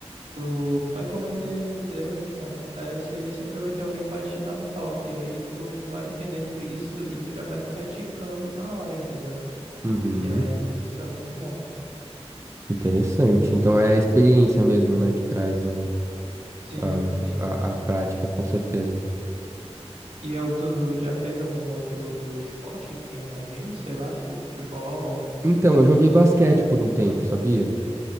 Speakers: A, on the right; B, on the right.
A: tu vai cometer os erros que acontecem, e aí sempre vai ter alguém para te dar um toque. Aí tu vai entendendo isso e tu já vai praticando na hora, entendeu?
B: Uhum.
A: E aí isso é muito bom.
B: Interessante. Então é a experiência mesmo, né, que traz o,
A: Sim,
B: a,
A: sim.
B: a, a prática, com certeza.
A: E eu, tu já fez algum outro esporte que tenha mais gente? Sei lá, tipo futebol.
B: Então, eu joguei basquete por um tempo, sabia?